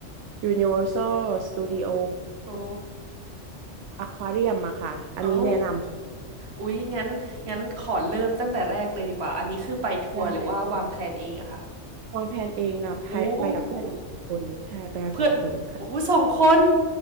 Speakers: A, on the right; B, on the right.
A: Universal Studio
B: โอ้
A: Aquarium อะค่ะอันนี้แนะน
B: อ๋ออุ๊ยงั้นงั้นขอเริ่มตั้งแต่แรกเลยดีกว่า อันนี้คือไปทัวร์หรือว่าวางแพลนเองอะคะ
A: ำใช่ใช่วางแผนเองอะไปไปกับเพื่อนอีกหนึ่งคนใช่ไปกันสองคนค่ะ
B: โอ้ เพื่อนโอ้สองคน